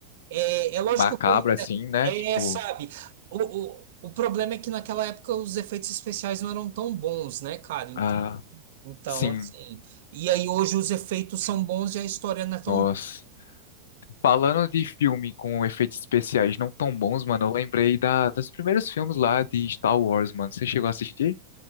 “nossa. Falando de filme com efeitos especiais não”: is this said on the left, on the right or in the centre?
Left